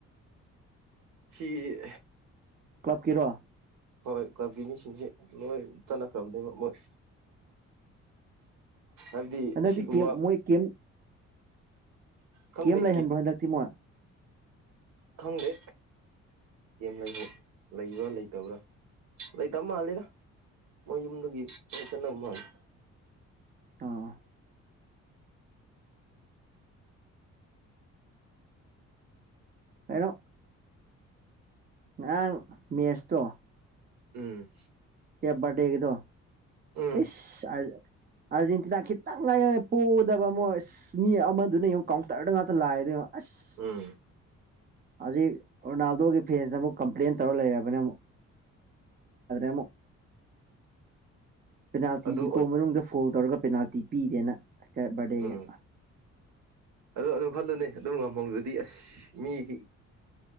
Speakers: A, on the right (about 75°); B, on the right (about 30°).
A: ꯁꯤ
B: ꯀ꯭ꯂꯕꯀꯤꯔꯣ
A: ꯍꯣꯏ ꯀ꯭ꯂꯕꯀꯤ ꯃꯤꯁꯤꯡꯁꯦ ꯂꯣꯏ ꯆꯠꯅꯈꯔꯥꯕꯅꯦ ꯃꯣꯢ ꯍꯥꯏꯕꯗꯤ
B: ꯍꯟꯗꯛꯇꯤ
A: ꯑꯁꯤꯒꯨꯝꯕ
B: ꯀꯦꯝ ꯃꯣꯏ ꯀꯦꯝ
A: ꯈꯪꯗꯦ
B: ꯀꯦꯝ ꯂꯩꯍꯟꯕ꯭ꯔꯣ ꯍꯟꯗꯛꯇꯤ ꯃꯣ
A: ꯈꯡꯗꯦ ꯀꯦꯝ ꯂ ꯂꯩꯕ꯭ꯔꯥ ꯂꯩꯇꯕ꯭ꯔꯥ ꯂꯩꯇꯕ ꯃꯥꯂꯦꯗ ꯃ ꯌꯨꯝꯗꯨꯗꯒꯤ ꯆꯠꯅꯕ ꯃꯥꯟꯂꯦ
B: ꯑꯥ ꯍꯥꯏꯅꯣ ꯉꯔꯥꯡ ꯃꯦꯠꯁꯇꯣ
A: ꯎꯝ
B: ꯀꯌꯥꯕꯔꯗꯦꯒꯗꯣ
A: ꯎꯝ
B: ꯏꯁ ꯑꯥꯔꯖꯦꯟꯇꯤꯅꯥ ꯈꯤꯇꯪ ꯉꯥꯏ ꯄꯣꯗꯕ ꯃꯣꯏ ꯃꯤ ꯑꯃꯗꯨꯅ ꯌꯦꯡꯎ ꯀꯥꯎꯟꯇꯔꯗ ꯉꯥꯛꯇ ꯂꯥꯛꯑꯦꯗ ꯌꯦꯡꯉꯣ ꯑꯁ
A: ꯎꯝ
B: ꯍꯧꯖꯤꯛ ꯔꯣꯅꯥꯜꯗꯣꯒꯤ ꯐꯦꯟꯁꯤꯇ ꯑꯃꯨꯛ ꯀꯝꯄ꯭ꯂꯦꯟ ꯇꯧꯔ ꯂꯩꯔꯕꯅꯤ ꯑꯃꯨꯛ ꯄꯦꯅꯥꯜꯇꯤ
A: ꯑꯗꯨ
B: ꯗꯤ ꯀꯣ ꯐꯣꯜ ꯇꯧꯔꯒ ꯄꯦꯅꯥꯜꯇꯤ ꯄꯤꯗꯦꯅ ꯕꯥꯔꯗꯦꯒ
A: ꯎꯝ ꯑꯗꯨ ꯑꯗꯨ ꯈꯜꯂꯨꯅꯦ ꯑꯗꯨꯝ ꯉꯝꯍꯧꯖꯗꯤ ꯑꯁ ꯃꯤ